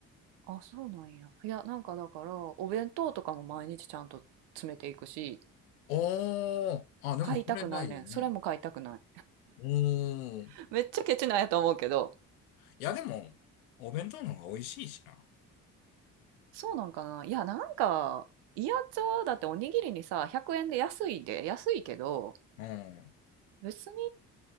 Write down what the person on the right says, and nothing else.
あ、そうなんや。いや、なんかだから、お弁当とかも毎日ちゃんと詰めていくし、
買いたくないねん。それも買いたくない。
<laughs>
めっちゃケチなんやと思うけど。
そうなんかな。いや、なんか、イヤチャだっておにぎりにさ、100円で安いで、安いけど、
別に